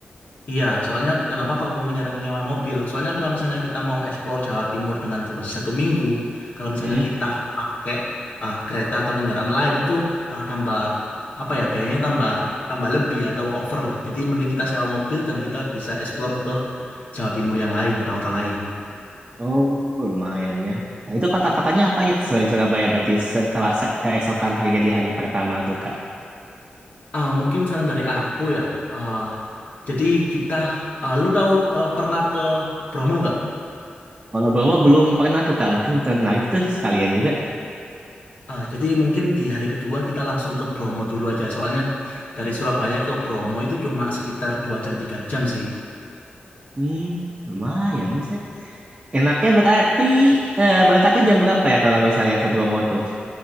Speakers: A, on the left; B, on the right.
A: Iya, soalnya kenapa kok aku nyaranin nyewa mobil? Soalnya kalau misalnya kita mau explore Jawa Timur dengan durasi satu minggu, kalau misalnya
B: Hmm.
A: kita pakai ah, kereta atau kendaraan lain itu ah, tambah apa ya biayanya tambah tambah lebih atau over lah. Jadi mending kita sewa mobil dan kita bisa explore ke Jawa Timur yang lain, kota-kota lain.
B: Oh, lumayan ya. Nah, itu kota-kotanya apa aja tuh selain Surabaya berarti setelah se- keesokan harinya di hari pertama tuh, Kak?
A: Ah, mungkin saran dari aku ya. ah, jadi kita, ah, lu tahu ah, pernah ke Bromo nggak?
B: Kalau Bromo belum pernah tuh, Kak. Mungkin tertarik tuh sekalian juga.
A: Ah, jadi mungkin di hari kedua kita langsung ke Bromo dulu aja. Soalnya dari Surabaya ke Bromo itu cuma sekitar 2 jam 3 jam sih.
B: Hmm, lumayan bisa. Enaknya berarti eh, berangkatnya jam berapa ya kalau misalnya ke Bromo tuh